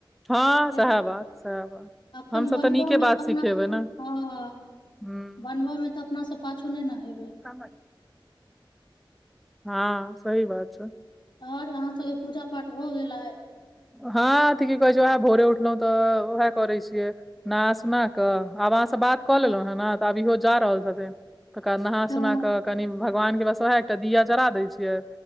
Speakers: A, in the centre; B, on the left (about 60°).
A: हँ
B: लेकिन
A: सएह बात सएह बात
B: एखन
A: हमसभ
B: बनबयमे
A: तऽ नीके बात
B: तऽ अपनासभ
A: सिखेबै ने
B: हँ
A: हूँ
B: बनबऽ मे तऽ अपना सब पाछू नहि ने हेबै
A: <unintelligible> हँ सही बात छै
B: आर अहाँ सबके पूजा पाठ हो गेल आय
A: हँ ती की कहै छै उएह भोरे उठलहुं तऽ उएह करै छियै नहा सुना कऽ आब अहाँ से बात कऽ
B: हँ
A: लेलहुँ हे ने तऽ आब इहो जा रहल छथिन तकरा नहा
B: हँ
A: सुना कऽ कनि भगवान के बस उएह एकटा दिया जरा दैत छै